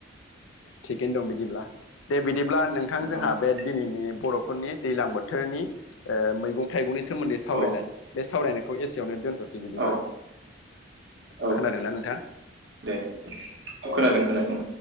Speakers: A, on the left (about 85°); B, on the right (about 65°).
A: थिगैनो दं बिदिब्ला दे बिदिब्ला नोंथां जोंहा
B: औ
A: बे दिनैनि बर'फोरनि दैलां बोथोरनि ओ मैगं थाइगंनि सोमोन्दै सावरायनाय
B: औ
A: बे सावरायनायखौ एसेयावनो दोनथ दसे
B: औ
A: बिदिब्ला
B: औ
A: खोनादोंना नोंथां
B: दे औ खोनादों खोनादों